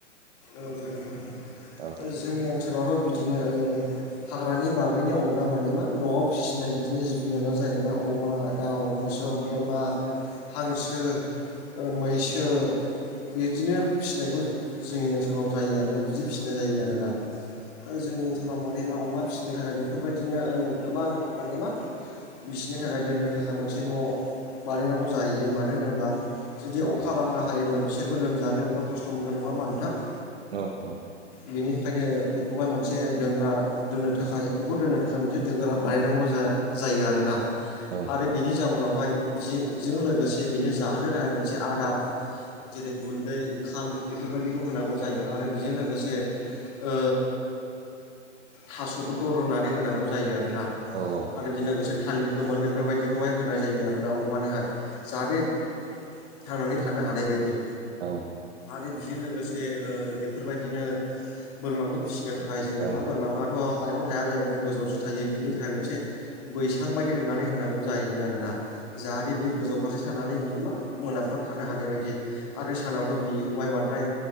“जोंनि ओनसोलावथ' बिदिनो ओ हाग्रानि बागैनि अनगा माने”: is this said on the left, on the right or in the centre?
Left